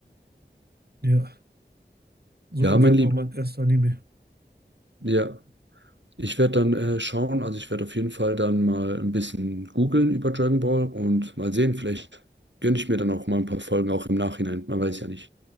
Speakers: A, on the right (about 55°); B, on the right (about 75°).
A: Ja, so
B: Ja,
A: war Dragon
B: mein Lieber.
A: Ball mein erster Anime.
B: Ja, ich werde dann äh, schauen, also ich werde auf jeden Fall dann mal ein bisschen googeln über Dragon Ball und mal sehen, vielleicht gönne ich mir dann auch mal ein paar Folgen auch im Nachhinein. Man weiß ja nicht.